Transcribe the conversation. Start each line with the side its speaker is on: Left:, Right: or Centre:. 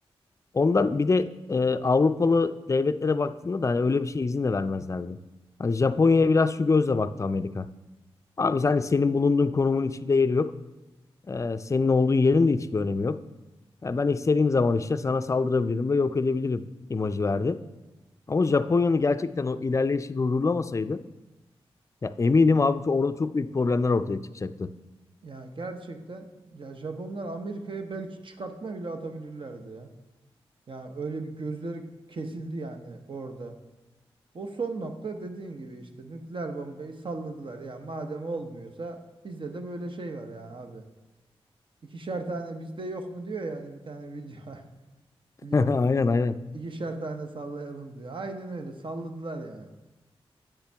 Left: Ondan bir de e, Avrupalı devletlere baktığında da hani öyle bir şey izin de vermezlerdi. Hani Japonya'ya biraz şu gözle baktı Amerika. Abi sen- hani senin bulunduğun konumun hiçbir değeri yok. E, senin olduğun yerin de hiçbir önemi yok. Ya ben istediğim zaman işte sana saldırabilirim ve yok edebilirim imajı verdi. Ama
Right: ya
Left: Japonya'nın gerçekten o ilerleyişi durdurulamasaydı ya eminim abi ki orada çok büyük problemler ortaya çıkacaktı.
Right: ya gerçekten ya Japonlar Amerika'ya belki çıkartma bile atabilirlerdi ya. Ya öyle bir gözleri kesildi yani orada. O son nokta dediğin gibi işte nükleer bombayı salladılar. Ya madem olmuyorsa bizde de böyle şey var yani abi. İkişer tane bizde yok mu diyor yani bir tane video. <laughs>
Left: <laughs>
Right: Biliyor
Left: Aynen
Right: musun? Bilmiyorum.
Left: aynen.
Right: İkişer tane sallayalım diyor. Aynen öyle salladılar yani.